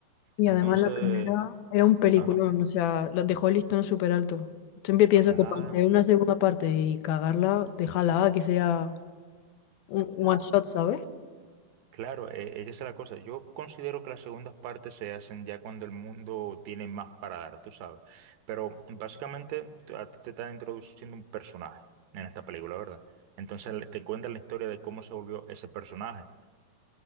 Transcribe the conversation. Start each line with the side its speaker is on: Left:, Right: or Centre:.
Left: Y
Right: Mm.
Left: además
Right: Entonces,
Left: la primera era un peliculón,
Right: ajá,
Left: o sea, la dejó el listón súper alto. Siempre pienso
Right: claro,
Left: que para hacer una segunda parte y cagarla, déjala que sea un un
Right: claro.
Left: one shot, ¿sabes?
Right: Claro, eh, eh, esa es la cosa. Yo considero que las segundas partes se hacen ya cuando el mundo tiene más para dar, tú sabes. Pero básicamente t- a ti te están introduciendo un personaje en esta película, ¿verdad? Entonces le- te cuentan la historia de cómo se volvió ese personaje